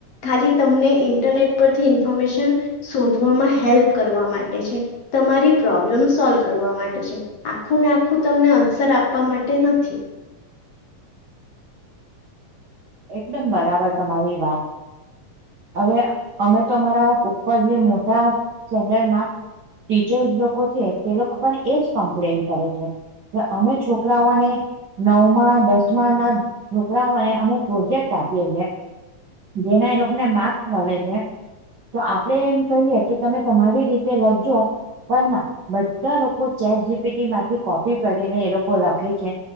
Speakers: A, on the left (about 55°); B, on the right (about 65°).
A: ખાલી તમને ઇન્ટરનેટ પરથી ઇન્ફોર્મેશન શોધવામાં હેલ્પ કરવા માટે છે. તમારી પ્રોબ્લેમ સોલ્વ કરવા માટે છે. આખું ને આખું તમને આન્સર આપવા માટે નથી.
B: એકદમ બરાબર તમારી વાત હવે અમે તો અમારા ઉપર જે મોટા સ્ટાન્ડર્ડમાં બીજો લોકો છે તે લોકો પણ એજ કમ્પ્લેન કરે છે. અમે છોકરાઓને નવમાં દસમાના છોકરાઓને અમે પ્રોજેક્ટ આપીએ છે જેના એ લોકોને માર્ક્સ મળે છે. તો આપડે એમ કહીએ કે તમે તમારી રીતે લખજો પણ ના બધા લોકો ચેટ જીપીટીમાંથી કોપી કરીને એ લોકો લખે છે.